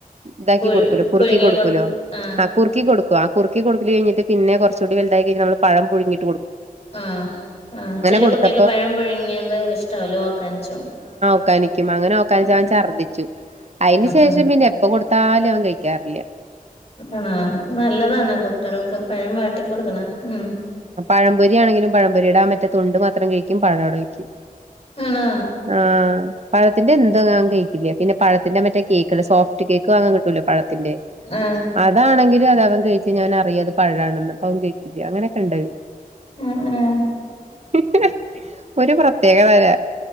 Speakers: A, on the right (about 50°); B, on the left (about 45°).
A: ഇതാക്കി
B: പുഴു
A: കൊടുക്കൂല്ലോ കുറുക്കി
B: പുഴുങ്ങി
A: കൊടുക്കലോ
B: കൊടുക്ക ആ
A: ആഹ് കുറിക്കി കൊടുക്കോ ആ കുറ് കുറുക്കി കൊടുക്കല് കഴിഞ്ഞിട്ട് പിന്നെ കുറച്ച് കൂടി വലുതായി കഴിഞ്ഞ നമ്മള് പഴം പുഴുങ്ങി
B: ആഹ് ആഹ് ചെല
A: കൊടുത്തപ്പോ
B: കുട്ട്യക്ക് പഴം പുഴുങ്ങിയത് ഇഷ്ടാവൂല ഓക്കാനിച്ചും.
A: ഓകാനിക്യും അങ്ങനെ ഓകാനിച്ച
B: ഉം
A: ഛദ്ദിച്ചു അയിന് ശേഷം
B: ഉം
A: പിന്നെ എപ്പൊ കൊടു ഫാലും. അവൻ കെയിക്യറില്ല..
B: ആഹ് നല്ലതാണ്. കുട്ട്യോൾക്ക്. പഴം വാട്ടിക്കൊടുക്കണ. ഉം..
A: പഴമ്പൊരിയാണെങ്കിലും പഴംമ്പൊരിയുടെ ആ മറ്റേ തൊണ്ട് മാത്രം കഴിക്കും പഴവടെ വെക്യും
B: ആണോ
A: ആഹ് പഴത്തിന്റെ എന്ത് കഴിക്കില്ലെ പിന്നെ പഴത്തിന്റെ മറ്റേ കേക്ക്. Soft cake. വാങ്ങാകിട്ടുല്ലോ. പഴത്തിന്റെ
B: ആഹ്
A: അതാണെങ്കി അതഅവൻ കെഴിച്ഞ്ഞ അവനറിയാം ഇത് പഴാണെന്ന് പ്പ അവും കഴിചക്കാ അങ്ങനെക്ക്‌ണ്ട്
B: ആഹ് ആ...
A: <inaudible> ഒരു പ്രത്യേകതര